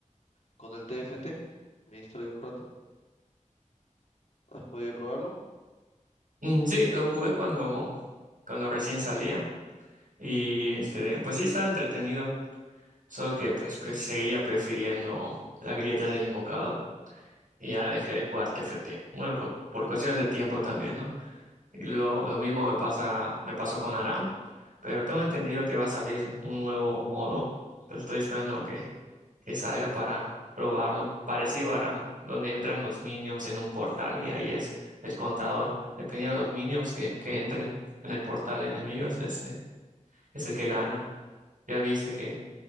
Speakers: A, on the left; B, on the right.
A: con el TFT. Me distraigo un rato. ¿Has podido probarlo?
B: Mm, Sí, lo jugué cuando, cuando recién salía y este, pues sí estaba entretenido, solo que pues pre- seguía prefiriendo la grieta del invocador y ya dejé de jugar TFT. Bueno, por, por cuestiones de tiempo también, ¿no? Y lo, lo mismo me pasa, me pasó con Aram, pero tengo entendido que va a salir un nuevo modo. Entonces estoy esperando que, que salga para probarlo. Parecido a Aram, donde entran los minions en un portal y ahí es el contador. Dependiendo de los minions que, que entren en el portal de enemigos, es el, es el que gana. Ya viste que,